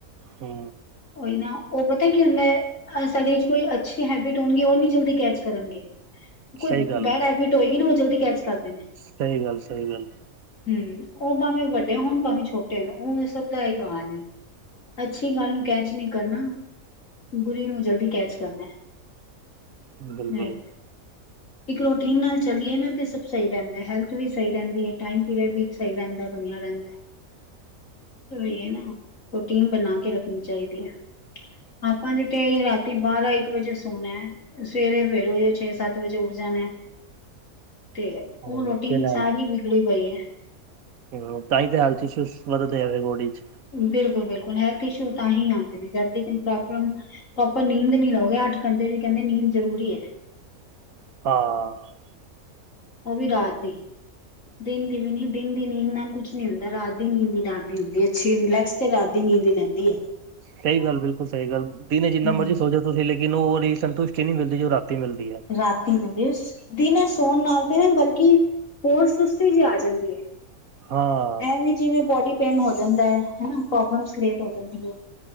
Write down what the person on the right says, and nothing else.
ਹੂੰ
ਸਹੀ ਗੱਲ
ਸਹੀ ਗੱਲ, ਸਹੀ ਗੱਲ
ਬਿਲਕੁਲ
ਹਾਂ
ਫਿਰ
ਹਮ, ਤਾਂ ਹੀ ਤੇ ਹੈਲਥ ਇਸ਼ੂਸ਼ ਵੱਧ ਦੇ ਬੋਡੀ 'ਚ
ਹਾਂ
ਸਹੀ ਗੱਲ ਬਿਲਕੁਲ ਸਹੀ ਗੱਲ, ਦਿਨੇ ਜਿੰਨਾ
ਮਰਜ਼ੀ ਸੋ ਜੋ ਤੁਸੀਂ ਲੇਕਿਨ, ਉਹਦੀ ਸੰਤੁਸ਼ਟੀ ਨਹੀਂ ਮਿਲਦੀ ਜੋ ਰਾਤੀ ਮਿਲਦੀ ਹੈ
ਹਾਂ